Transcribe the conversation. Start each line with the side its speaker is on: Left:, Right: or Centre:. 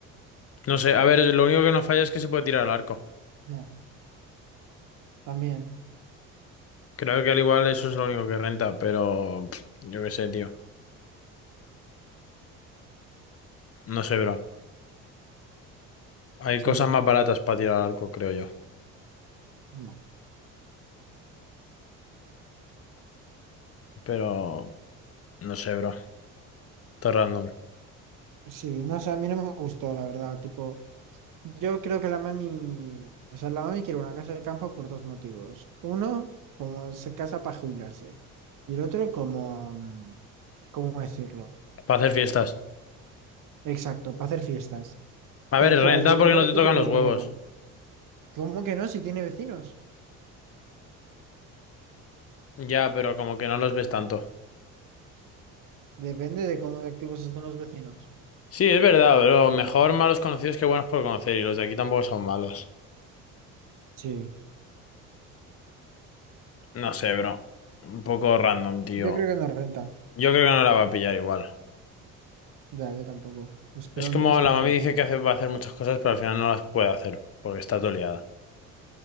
Left: No sé, a ver, lo único que no falla es que se puede tirar al arco.
Right: Ya, también.
Left: Creo que al igual eso es lo único que renta, pero pff, yo qué sé, tío. No sé, bro. Hay
Right: Sí.
Left: cosas más baratas para tirar al arco, creo yo.
Right: No.
Left: Pero no sé, bro. Todo random.
Right: Sí, no sé, a mí no me gustó, la verdad. Tipo, Yo creo que la mami, o sea, la mami quiere una casa de campo por dos motivos. Uno, como se casa para jubilarse. Y el otro, como, mm, ¿cómo decirlo?
Left: Para hacer fiestas.
Right: Exacto, para hacer fiestas.
Left: A
Right: Tal
Left: ver,
Right: cual,
Left: renta
Right: que no
Left: porque no
Right: lo
Left: te
Right: quiere
Left: tocan
Right: por
Left: los
Right: otra
Left: huevos.
Right: cosa. ¿Cómo que no? Si tiene vecinos.
Left: Ya, pero como que no los ves tanto.
Right: Depende de cómo de activos estén los vecinos.
Left: Sí, es verdad, bro. Mejor malos conocidos que buenos por conocer. Y los de aquí tampoco son malos.
Right: Sí.
Left: No sé, bro. Un poco random, tío.
Right: Yo creo que no renta.
Left: Yo creo que no la va a pillar igual.
Right: Ya, yo tampoco. Espero
Left: Es
Right: al
Left: como
Right: menos
Left: la
Right: que
Left: mami
Right: no la
Left: dice
Right: pille.
Left: que hace- va a hacer muchas cosas, pero al final no las puede hacer. Porque está todo liada.